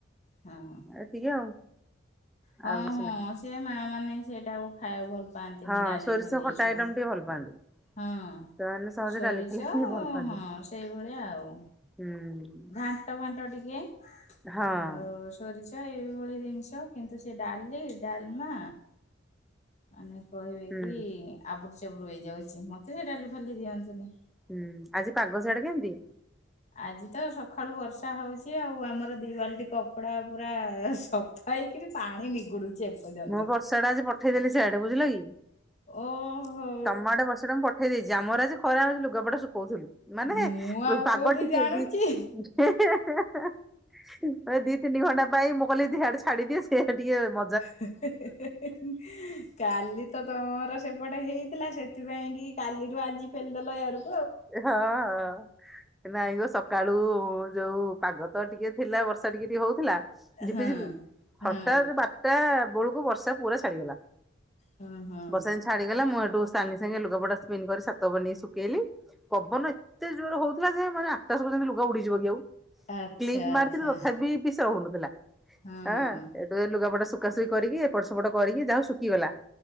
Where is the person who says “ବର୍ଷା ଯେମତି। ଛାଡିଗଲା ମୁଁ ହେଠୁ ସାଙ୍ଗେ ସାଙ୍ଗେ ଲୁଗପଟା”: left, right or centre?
Centre